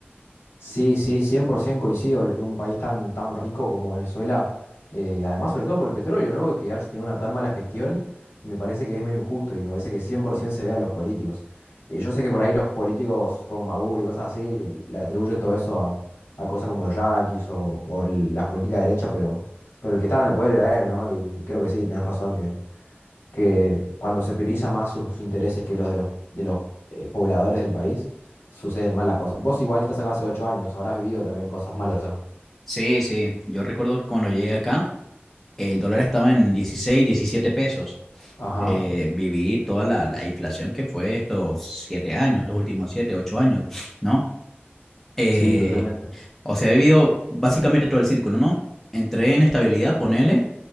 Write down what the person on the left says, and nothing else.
Sí, sí, 100% coincido. Un país tan, tan rico como Venezuela, eh, además sobre todo por el petróleo, ¿no? Que ha tenido una tan mala gestión, me parece que es medio injusto y me parece que 100% se ve a los políticos. Eh, yo sé que por ahí los políticos como Maduro y cosas así le le atribuyen todo eso a, a cosas como los yanquis o, o el- las políticas de derecha, pero, pero el que estaba en el poder era él, ¿no? Y creo que sí, tenés razón, que cuando se prioriza más sus intereses que los de los, de los eh, pobladores del país, suceden malas cosas. Vos igual estás acá hace ocho años, habrás vivido también cosas malas acá.
Ajá,
sí, totalmente.